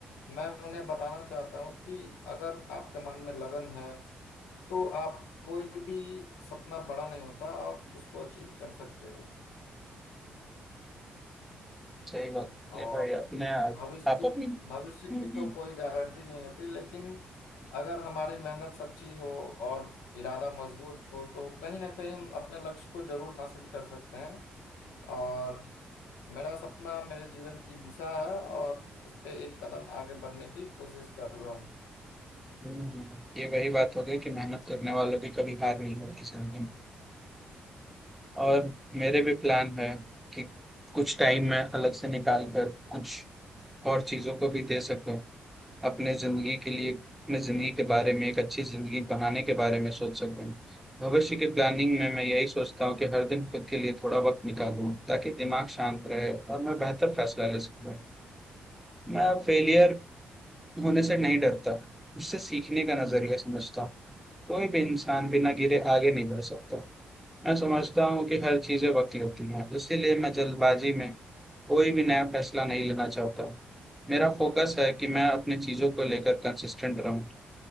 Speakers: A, on the left; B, in the centre.
A: मैं उन्हें बताना चाहता हूँ कि अगर आपके मन में लगन है तो आप कोई भी सपना बड़ा नहीं होता आप उसको अचीव कर सकते हो
B: सही बात होती
A: और
B: है भाई अपने आप
A: भविष्य
B: आप
A: की
B: अपनी
A: भविष्य
B: हम्म,
A: की तो
B: हम्म।
A: कोई गारंटी नहीं होती लेकिन अगर हमारी मेहनत सच्ची हो और इरादा मजबूत हो तो कहीं ना कहीं हम अपने लक्ष्य को जरूर हासिल कर सकते हैं और मेरा सपना मेरे जीवन की दिशा है और उस पे एक कदम आगे बढ़ने की कोशिश कर रहा हूँ
B: हम्म, ये वही बात हो गई कि मेहनत करने वालों की कभी हार नहीं होती जिंदगी में। और मेरे भी प्लान है कि कुछ टाइम में अलग से निकाल कर कुछ और चीजों को भी दे सको अपने जिंदगी के लिए अपने जिंदगी के बारे में एक अच्छी जिंदगी बनाने के बारे में सोच सकूं भविष्य की प्लानिंग में मैं यही सोचता हूँ कि हर दिन खुद के लिए थोड़ा वक्त निकालूं ताकि दिमाग शांत रहे और मैं बेहतर फैसला ले सकूं मैं अब फेलियर होने से नहीं डरता उससे सीखने का नजरिया समझता हूँ कोई भी इंसान बिना गिरे आगे नहीं बढ़ सकता मैं समझता हूँ कि हर चीजें वक्त लेती हैं इसीलिए मैं जल्दबाजी में कोई भी नया फैसला नहीं लेना चाहता मेरा फोकस है कि मैं अपनी चीजों को लेकर कंसिस्टेंट रहूं